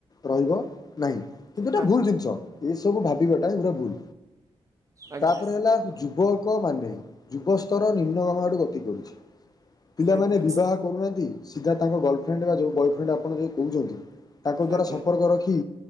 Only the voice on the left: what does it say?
ରହିବ ନାହିଁ। କିନ୍ତୁ ଏଇଟା
ଭୁଲ୍‌ ଜିନିଷ ଏସବୁ ଭାବିବାଟା ଏଗୁରା ଭୁଲ୍‌
ତାପରେ ହେଲା ଯୁ ବକ ମାନେ ଯୁବ ସ୍ତର ନିମ୍ନଗାମ ଆଡକୁ ଗତି କରୁଚି। ପିଲାମାନେ
ବିବାହ କରୁନାହାନ୍ତି। ସିଧା ତାଙ୍କ ଗର୍ଲଫ୍ରେଣ୍ଡ ବା ଯେଉଁ ବୟଫ୍ରେଣ୍ଡ ଆପଣ ଯେଉଁ କୋହୁଚନ୍ତି ତାଙ୍କ ଦ୍ୱାରାସମ୍ପର୍କ
ରଖି